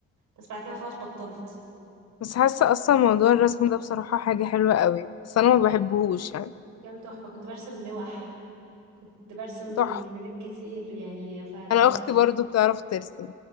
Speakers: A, on the right; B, on the left.
A: بس بعد كده خلاص بطلت
B: بس حاسة اصلا موضوع الرسم ده بصراحة حاجة حلوة قوي بس انا ما بحبهوش يعني
A: كان تحفة كنت برسم لوح كنت برسم
B: تحفة
A: حاجات كتير يعني فده
B: انا اختي برضو بتعرف ترسم